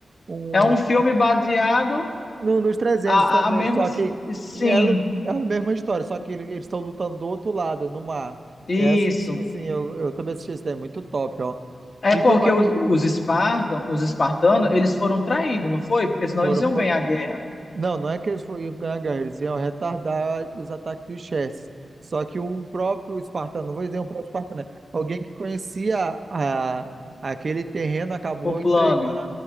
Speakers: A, on the right; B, on the left.
A: um
B: É um filme baseado
A: no- nos 300
B: A,
A: também.
B: a a mesma,
A: Só que
B: sim,
A: é, no- é a mesma história, só que ele- eles estão lutando do outro lado, no mar.
B: isso.
A: É, sim, sim, sim, eu, eu também assisti esse daí, muito top, ó.
B: É
A: Então,
B: porque
A: mas,
B: os, os Espartan, os espartanos, eles foram traídos, não foi? Porque senão
A: foram,
B: eles iam
A: foram-
B: ganhar a guerra,
A: não, não é que eles foram iam ganhar a guerra, eles iam retardar os ataques dos Chess. Só que um próprio espartano, não vou dizer um próprio espartano, né? Alguém que conhecia a, aquele terreno acabou
B: o plano.
A: entregando.